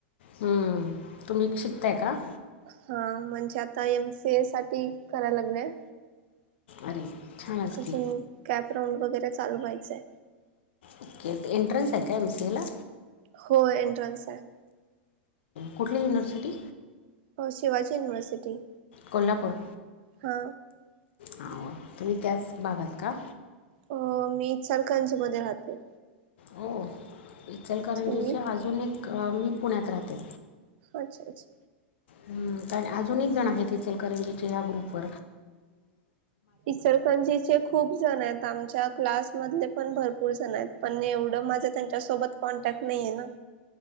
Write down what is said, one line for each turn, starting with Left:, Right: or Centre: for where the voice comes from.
Left: हम्म तुम्ही शिकताय का
Right: हा म्हणजे आता एम सी ए साठी करायला लागलेय
Left: अरे छानच
Right: अजून
Left: की
Right: कॅप राऊंड वगैरे चालू व्हायचंय
Left: ओके एंट्रन्स आहे का एमसी एला
Right: हो एंट्रन्स आहे
Left: कुठली युनिव्हर्सिटी
Right: शिवाजी युनिवर्सिटी
Left: कोल्हापूर
Right: हा
Left: हो हो तुम्ही त्याच भागात का
Right: अ मी सरखांजी मध्ये राहते
Left: हो इचलकरंजीचे
Right: तुम्ही
Left: अजून एक मी पुण्यात राहते
Right: अच्छा अच्छा
Left: हम् कारण अजून एक जण आहे तिचल करिीचे या ग्रुप व
Right: इसरकंजीचे खूप जण आहेत आमच्या क्लास मधले पण भरपूर जण आहेत पण एवढं माझं त्यांच्यासोबत कॉन्टॅक्ट नाहीये ना